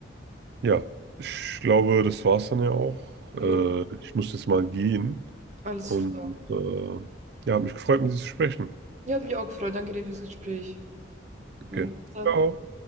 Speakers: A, on the right (about 55°); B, on the right (about 35°).
A: ja. Ich glaube, das war's dann ja auch. Äh,
B: ja,
A: ich muss jetzt mal gehen.
B: alles
A: Und
B: klar.
A: äh, ja, hat mich gefreut, mit dir zu sprechen.
B: Ja, hat mich auch gefreut. Danke dir fürs Gespräch.
A: Okay.
B: Ja, Bis dann.
A: Ciao.